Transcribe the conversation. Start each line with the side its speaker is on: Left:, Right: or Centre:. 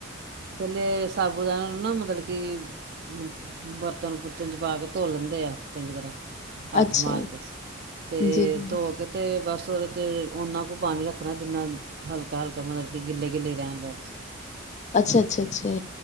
Right: ਪਹਿਲੇ ਸਾਬੂ ਦਾਨਾਂ ਨੂੰ ਨਾ, ਮਤਲਬ ਕਿ ਬਰਤਨ-ਬੁਰਤਨ ਚ ਪਾ ਕੇ ਧੋ ਲੈਂਦੇ ਆ ਚੰਗੀ ਤਰ੍ਹਾਂ ਹੱਥ
Left: ਅੱਛਾ
Right: ਮਾਰ ਕੇ ਸੀ ਤੇ
Left: ਜੀ ਜੀ
Right: ਧੋ ਕੇ ਤੇ ਬਸ ਉਹਦੇ ਤੇ ਉਹਨਾ ਕੁ ਪਾਣੀ ਰੱਖਣਾ, ਜਿੰਨਾ ਹਲਕਾ-ਹਲਕਾ ਮਤਲਬ ਕਿ ਗਿੱਲੇ-ਗਿੱਲੇ ਰਹਿਣ ਬਸ
Left: ਅੱਛਾ, ਅੱਛਾ, ਅੱਛਾ।